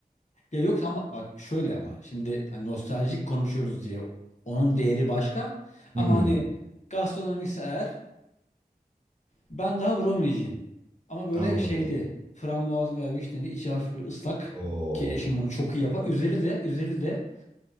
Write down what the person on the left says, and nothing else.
Ya yok ama bak şöyle ama şimdi hani nostaljik konuşuyoruz diye onun değeri başka.
Ama hani gastronomikse eğer ben daha brownie'ciyim. Ama böyle
şeyli frambuazlı veya vişneli içi hafif böyle ıslak
ki eşim bunu çok iyi yapar. Üzeri de üzeri de